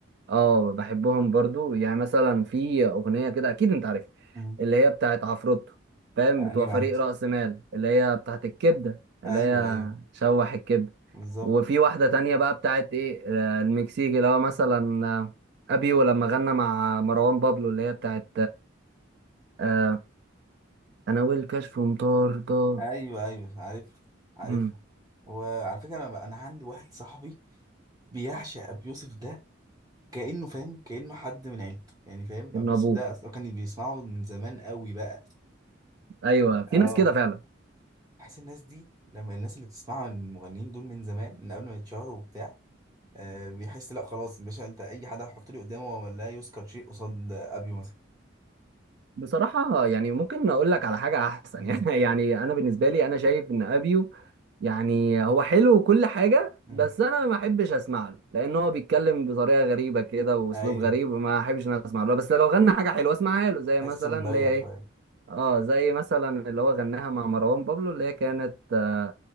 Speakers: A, on the right (about 55°); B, on the right (about 20°).
A: اه بحبهم برضو يعني مثلا في اغنيه كده اكيد انت عارف
B: مم.
A: اللي هي بتاعت عفروتو فاهم
B: أنهي
A: بتوع
B: واحدة
A: فريق رأس مال اللي هي بتاعت الكبده اللي
B: أيوه
A: هي
B: أيوه
A: شوح الكبده
B: بالظبط
A: وفي واحدة تانية بقى بتاعت ايه آه، المكسيكي اللي هو مثلا آه، ابيو لما غنى مع مروان بابلو اللي هي بتاعت آه، انا والكشف مطاردة
B: ايوه ايوه عارف عارفها
A: مم،
B: وعلى فكره انا بقى- انا عندي واحد صاحبي بيعشق ابي يوسف ده كانه فاهم كانه حد من عيلته يعني فاهم
A: ابن
B: ابي
A: ابوه
B: يوسف ده اصلا كان بيسمعه من زمان قوي بقى
A: ايوه في
B: اه
A: ناس كده فعلا
B: بحس الناس دي لما الناس اللي بتسمعها من المغنيين دول من زمان من قبل ما يتشهروا وبتاع آه بيحس لا خلاص يا باشا انت اي حد هتحط لي قدامه هو لا يذكر شيء قصاد ابيو مثلا
A: بصراحة يعني ممكن اقول لك على حاجة احسن
B: امم
A: <laughs> يعني يعني انا بالنسبة لي انا شايف ان ابيو يعني هو حلو وكل حاجة
B: امم
A: بس انا ما احبش اسمع له لان هو بيتكلم بطريقة غريبة كده واسلوب
B: ايوه
A: غريب ما احبش ان أنا اسمع له بس لو غنى حاجة حلوة اسمعها له زي
B: حسه
A: مثلا
B: مضيع
A: اللي هي
B: شويه
A: ايه اه زي مثلا اللي هو غناها مع مروان بابلو اللي هي كانت آه،